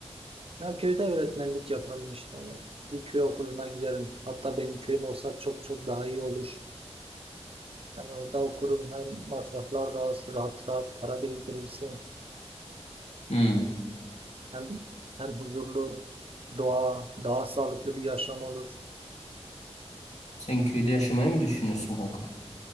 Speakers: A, on the right; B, on the left.
A: ya köyde öğretmenlik yaparım işte bir köy okuluna giderim hatta benim köyüm olsa çok çok daha iyi olur yani orada okurum hem masraflar daha az rahat rahat para biriktirirsin
B: Hmm.
A: Hem hem huzurlu doğa, daha sağlıklı bir yaşam olur.
B: Sen köyde yaşamayı mı düşünüyorsun kanka?